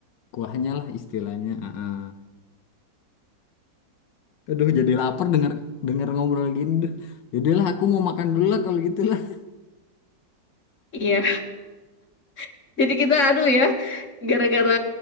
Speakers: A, on the left; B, on the left.
A: Kuahnya lah istilahnya. Heeh. Aduh, jadi lapar denger denger ngobrol gini. Duh, Yaudahlah aku mau makan dulu lah kalau gitu lah. <laughs>
B: iya. <laughs> Jadi kita aduh ya gara-gara